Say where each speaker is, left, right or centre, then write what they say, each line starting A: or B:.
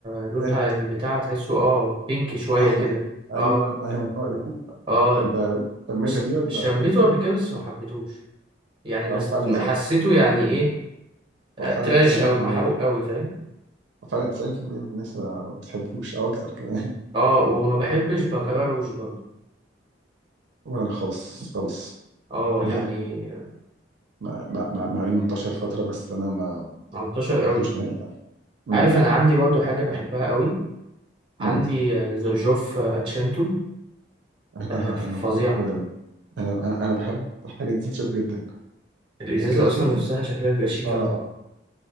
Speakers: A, on the right (about 25°); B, on the right (about 70°).
A: لونها
B: ريد
A: البتاع تحسه اه بينك شويه
B: احمر
A: كده
B: ايوه
A: اه
B: ايوه هو ده <laughs>
A: اه
B: انت سميتها
A: ش-
B: دي ولا
A: شميته قبل كده بس ما حبيتهوش يعني ما
B: هو
A: است-
B: فعلا
A: ما حسيته يعني ايه آه،
B: هو فعلا
A: تراش
B: 90%
A: قوي محروق قوي فاهم
B: هو فعلا 90% من الناس ما بتحبوش او اكتر كمان
A: اه وما بحبش بكرروش برضه
B: ولا انا خالص خالص
A: اه
B: نهائي
A: يعني
B: مع مع مع, مع انه انتشر فتره بس انا ما
A: منتشر
B: ما حبيتهوش
A: قوي
B: نهائي يعني امم
A: عارف انا عندي برضه حاجه بحبها قوي عندي
B: امم
A: آه، زرجوف آه، اتشنتو
B: انا
A: آه، فظيعه
B: انا بحب انا انا أنا بحب حاجه ديزرت شيف جدا
A: الازازه
B: آه، كان في
A: اصلا
B: واحد
A: نفسها شكلها بيبقى شيك
B: اه
A: قوي